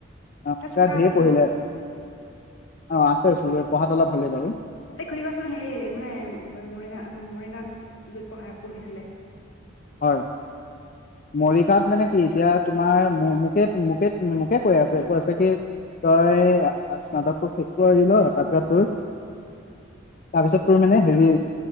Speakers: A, on the left; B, on the left.
A: অ
B: তাই
A: এতিয়া
B: চোকা
A: ঢেৰ
B: আছিল
A: পহিলে
B: ন
A: অ আছে তোৰ পঢ়াত অলপ ভালেই বাৰু
B: তাইক সুধিবাচোন হেৰি মানে মৰিগা উম মৰিগাঁৱত যোত পঢ়ায় পঢ়িছিলে
A: হয় মৰিগাঁত মানে কি এতিয়া তোমাৰ মোকে মোকে মোকে কৈ আছে কৈ আছে কি তই স্নাতকটোোক শেষ কৰি এৰি ল তাত তোৰ তাৰপিছত তোৰ মানে হেৰি